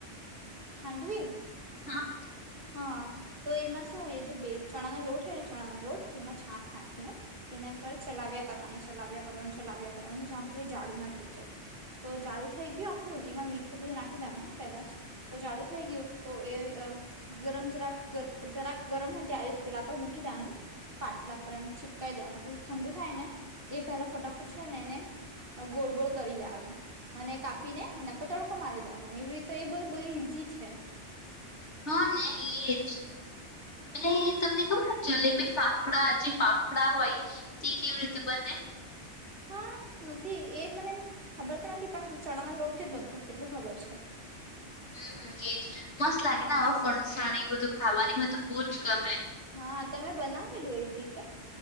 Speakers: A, on the right; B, on the left.
A: ખાંડવી?
B: હા.
A: હ તો એમાં શું હોય એ જે બેઝ ચણા નો લોટ હોય ને ચણાનો લોટ તેમાં છાસ નાખીને તેના પર ચલાવ્યા કરવાનું ચલાવ્યા કરવાનું ચલાવ્યા કરવાનું જ્યાં સુધી જાડુ ના થઈ જાય. તો જાડુ થઈ ગયું આપણું એમાં મીઠું બધું નાખી દેવાનું હાઆ પેલા જ તો જાડુ થઈ ગયું તો એ અ ગરમ જરાક થ જરાક ગરમ હોય ત્યારે જ પેલા પર મૂકી દે ડેવાનું પાટલા પર એમ છીપકાઈ દેવાનું પછી ઠંડુ થાયને એ પેલા ફટાફટ છે ને એને ગોળ ગોળ કરી લેવાનું અને કાપીને એના પર તડકો મારી દેવાનો એવી રીતે એ બ બો ઇઝી છે.
B: હને એજ અને તમને ખબર? જલેબી ફાફડા જે ફાફડા હોય તે કેવી રીતે બને? ખાલી
A: હા નથી એ મને એમ ખબર તો નથી પણ આમ ચણાના લોટથી જ બનતો હશે એટલું ખબર છે.
B: હમ હમ એજ મસ્ત લાગેને આવા ફણસાણ એ બધું ખાવાની મ તો બવ જ ગમે
A: હા તમે બનાવેલું એવી રીતે